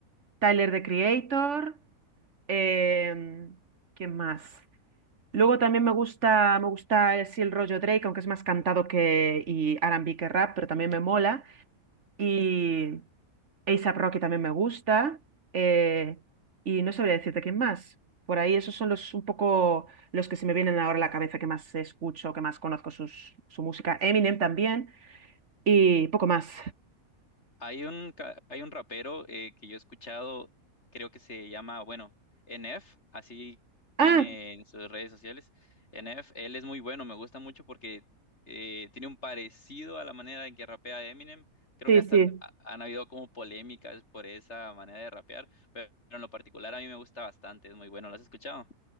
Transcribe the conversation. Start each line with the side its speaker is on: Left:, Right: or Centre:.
Right: Tyler, The Creator. Em, ¿qué más? Luego también me gusta, me gusta así el rollo Drake, aunque es más cantado que y R&B que rap, pero también me mola. Y A$AP Rocky también me gusta. eh, y no sabría decirte quién más. Por ahí esos son los un poco los que se me vienen ahora a la cabeza que más escucho, que más conozco sus, su música. Eminem también y poco más.
Left: Hay un, ca- hay un rapero eh, que yo he escuchado, creo que se llama, bueno, NF, así tiene
Right: Ah,
Left: en sus redes sociales. NF, él es muy bueno, me gusta mucho porque eh, tiene un parecido a la manera en que rapea Eminem. Creo
Right: sí,
Left: que hasta
Right: sí.
Left: ha- han habido como polémicas por esa manera de rapear, pero en lo particular a mí me gusta bastante, es muy bueno. ¿Lo has escuchado?